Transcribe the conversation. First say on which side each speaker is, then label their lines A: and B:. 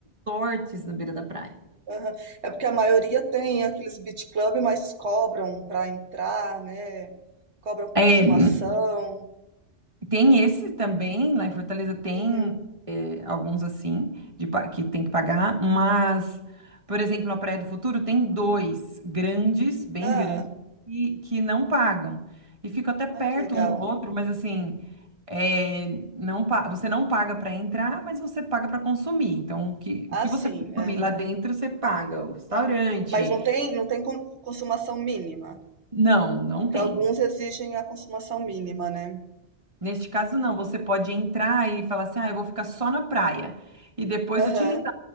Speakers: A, on the right (about 30°); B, on the right (about 80°).
A: resorts na beira da praia.
B: Aham. É porque a maioria tem aqueles beach club, mas cobram para entrar, né? Cobram consumação.
A: É, tem esse também, lá em Fortaleza tem.
B: Uhum.
A: alguns assim, de, pa- que tem que pagar, mas, por exemplo, a Praia do Futuro tem dois grandes, bem
B: Ah,
A: grandes, que, que não pagam. E fica até perto
B: ai, que legal.
A: um do outro, mas assim, é, não, pa- você não paga para entrar, mas você paga para consumir. Então, o que, o
B: Ah,
A: que
B: sim,
A: você consumir
B: é.
A: lá dentro, você paga. O restaurante.
B: Mas não tem, não tem con- consumação mínima,
A: Não, não
B: porque
A: tem.
B: alguns exigem a consumação mínima, né?
A: Neste caso, não. Você pode entrar e falar assim, ah, eu vou ficar só na praia. E depois
B: Aham.
A: utilizar,